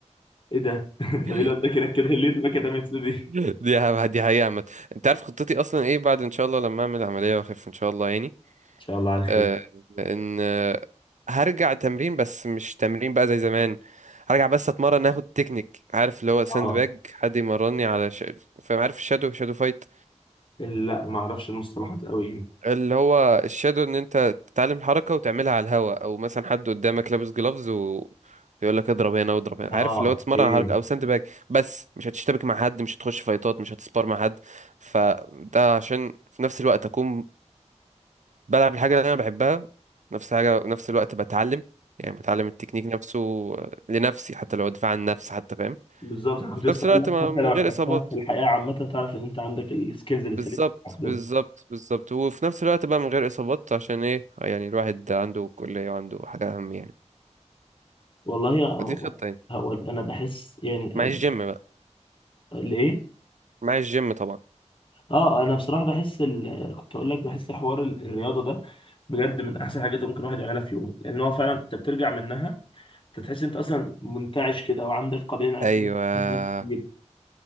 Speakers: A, on the left; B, on the right.
A: ايه ده <laughs> طب
B: ايه
A: ايه اللي وداك هناك كده ليه وداك رمية دي
B: <laughs>
A: ان
B: دي ح- دي حقيقة عامة انت عارف خطتي اصلا ايه بعد ان شاء الله لما اعمل عملية واخف ان شاء الله يعني
A: شاء الله على خير
B: آه ان آه، هرجع تمرين بس مش تمرين بقى زي زمان هرجع بس اتمرن اخد تكنيك عارف اللي هو ساند
A: اه
B: باج حد يمرني على ش... فاهم عارف الشادو شادو فايت
A: لا ما اعرفش المصطلحات قوي يعني
B: اللي هو الشادو ان انت تتعلم الحركه وتعملها على الهوا او مثلا حد قدامك لابس جلافز و يقول لك اضرب هنا واضرب هنا
A: اه
B: عارف اللي هو تتمرن
A: اوكي
B: على حركه او ساند باك بس مش هتشتبك مع حد مش هتخش فايتات مش هتسبار مع حد فده عشان في نفس الوقت اكون بلعب الحاجه اللي انا بحبها نفس حاجه نفس الوقت بتعلم يعني بتعلم التكنيك نفسه لنفسي حتى لو دفاع عن النفس حتى فاهم
A: بالظبط انا كنت
B: في
A: لسه
B: نفس
A: اقول
B: الوقت
A: لك
B: ما
A: حتى
B: من
A: لو
B: غير
A: احتجتها
B: اصابات
A: في الحياه عامه تعرف ان انت عندك السكيلز اللي
B: بالظبط
A: تخليك تستخدمها
B: بالظبط بالظبط وفي نفس الوقت بقى من غير اصابات عشان ايه يعني الواحد عنده كلية وعنده حاجة اهم يعني
A: والله يا هو
B: فدي خطة يعني
A: هو انا بحس يعني انا
B: مع الجيم بقى
A: ليه
B: مع الجيم طبعا
A: اه انا بصراحه بحس ال... كنت اقول لك بحس حوار ال- الرياضه ده بجد من احسن حاجات اللي ممكن الواحد يعملها في يومه لان هو فعلا انت بترجع منها انت تحس انت اصلا منتعش كده وعندك قابليه انك
B: ايوه
A: تعمل حاجات كتير